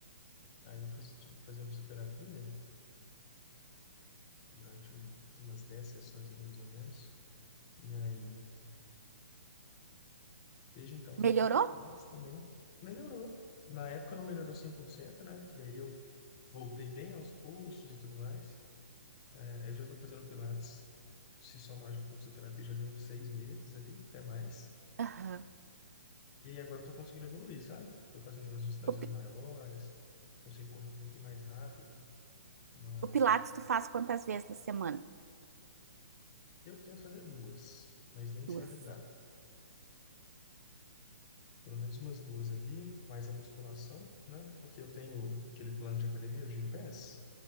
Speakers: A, on the left; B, on the right.
A: Aí eu fiz, tipo, fazer uma fisioterapia durante um, fiz umas 10 sessões ali mais ou menos. E aí Desde então
B: Melhorou?
A: tenho feito pilates também. Melhorou. Na época não melhorou 100%, né? E aí eu voltei bem aos poucos e tudo mais. É, eu já estou fazendo pilates, se somar junto com a fisioterapia, já deu uns seis meses ali, até mais.
B: Aham.
A: E agora estou conseguindo evoluir, sabe? Estou fazendo umas distâncias
B: O, pi-
A: maiores, consigo correr um pouquinho mais rápido. Mas
B: o Pilates tu faz quantas vezes na semana?
A: eu tento fazer duas, mas nem sempre
B: Duas.
A: dá. Pelo menos umas duas ali, mais a musculação, né? Porque eu tenho aquele plano de academia, o Gympass.